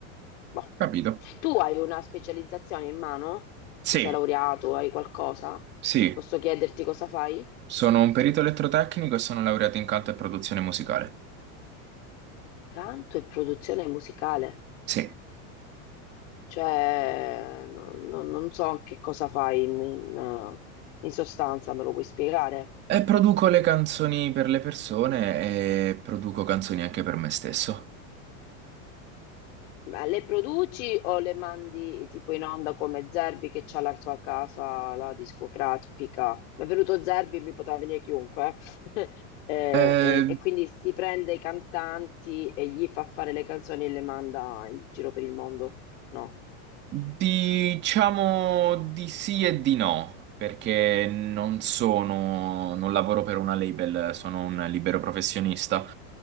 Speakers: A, on the left (about 55°); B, on the right (about 25°).
A: Boh.
B: capito.
A: Tu hai una specializzazione in mano?
B: Sì,
A: Se sei laureato, hai qualcosa?
B: sì,
A: Posso chiederti cosa fai?
B: sono un perito elettrotecnico e sono laureato in canto e produzione musicale.
A: Canto e produzione musicale.
B: Sì,
A: Cioè, no- no- non so che cosa fai in, in- in sostanza, me lo puoi spiegare?
B: e produco le canzoni per le persone e produco canzoni anche per me stesso.
A: Ma le produci o le mandi tipo in onda come Zerbi che c'ha la sua casa, la discografica? Mi è venuto Zerbi, e mi poteva venire chiunque. eh. <laughs> E,
B: Eh,
A: e- e quindi si prende i cantanti e gli fa fare le canzoni e le manda in giro per il mondo? No.
B: Diciamo di sì e di no, perché non sono, non lavoro per una label, sono un libero professionista.